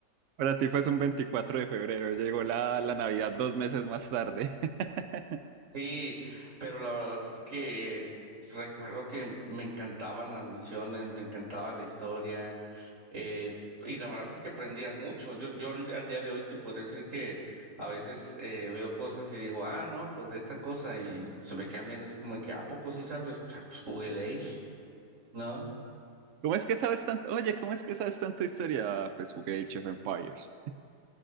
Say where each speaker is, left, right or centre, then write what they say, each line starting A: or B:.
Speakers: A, on the right; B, on the right.
A: Para ti fue un 24 de febrero, llegó la, la Navidad dos meses más tarde. <laughs>
B: Sí, pero la verdad es que recuerdo que me encantaban las misiones, me encantaba la historia, eh, y la verdad es que aprendías mucho. Yo, yo al al día de hoy te podría decir que a veces eh, veo cosas y digo, ah, no, pues de esta cosa, y se me quedan viendo así como que, ¿a poco sí sabes? O sea, Pues Google Age, ¿no?
A: ¿Cómo es que sabes tanto? Oye, ¿cómo es que sabes tanto historia? Ah, Pues jugué Age of Empires.